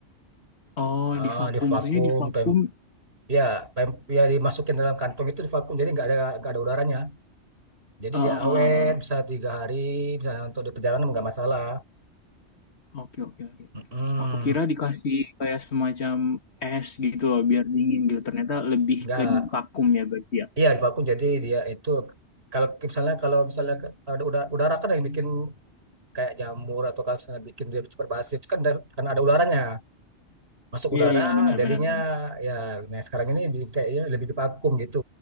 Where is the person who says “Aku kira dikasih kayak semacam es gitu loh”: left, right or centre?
Left